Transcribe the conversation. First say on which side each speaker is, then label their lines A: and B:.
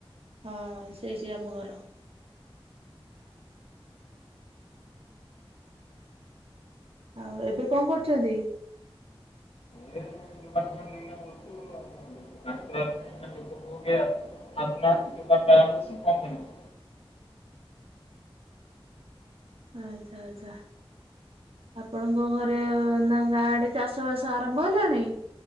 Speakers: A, on the right; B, on the left.
A: ହଁ ସେଇଠି ଆମ ଘର। ଆଉ ଏବେ କଁ କରୁଚନ୍ତି?
B: ଏ <unintelligible> <unintelligible> <unintelligible>
A: ଆଚ୍ଛା ଆଚ୍ଛା ଆଛା। ଆପଣଙ୍କ ଘରେ ନା ଗାଁ ଆଡେ ଚାଷ ବାସ ଆରମ୍ଭ ହେଲାଣି?